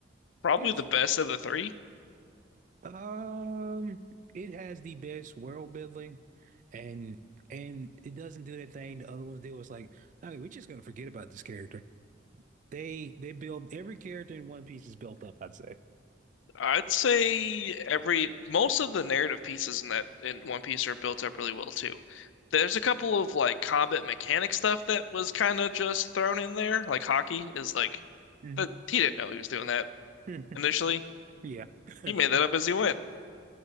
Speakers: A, on the left (about 80°); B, on the right (about 40°).
A: probably
B: yes.
A: the best of the three
B: Um, it has the best world building, and and it doesn't do that thing the other ones do. It's like, okay, we're just gonna forget about this character. They they build every character in One Piece is built up, I'd say.
A: I'd say every most of the narrative pieces in that in One Piece are built up really well too. There's a couple of like combat mechanic stuff that was kind of just thrown in there. Like hockey is like
B: hmm
A: that he didn't know he was doing that
B: <laughs>
A: initially.
B: Yeah. <laughs>
A: He made that up as he went.